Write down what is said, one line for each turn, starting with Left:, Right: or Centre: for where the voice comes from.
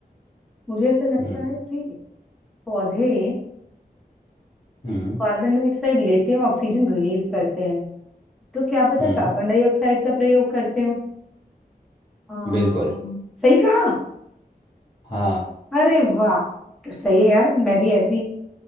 Centre: मुझे ऐसा लगता
Left: हम्म
Centre: है कि पौधे
Left: हम्म
Centre: कार्बन डाइऑक्साइड लेते हैं ऑक्सीजन रिलीज करते हैं तो क्या पता
Left: हम्म
Centre: कार्बन डाइऑक्साइड का प्रयोग करते हो हाँ
Left: बिल्कुल
Centre: सही कहा
Left: हाँ
Centre: अरे वाह तो सही है यार मैं भी ऐसी